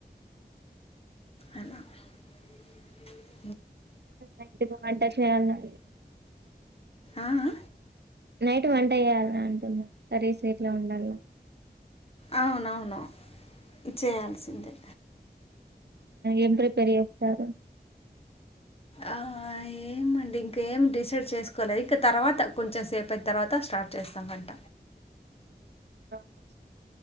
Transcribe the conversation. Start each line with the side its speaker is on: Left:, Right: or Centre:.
Left: అలా <inaudible>
Right: ఇంటి బ అంట చేయాలడి <unintelligible>
Left: ఆ ఆ
Right: నైట్ వంట చేయాల్నా అంటున్నా సరే సీట్లో ఉండాలి
Left: అవునవును చేయాల్సిందే
Right: ఎప్పురు పెరిస్తారు <unintelligible>
Left: ఆ ఏమండి ఇంకేమి డిసైడ్ చేసుకోలే తర్వాత కొంచెం సేపు అయిన తర్వాత స్టార్ట్ చేస్తా మట్ట
Right: ఆ <unintelligible>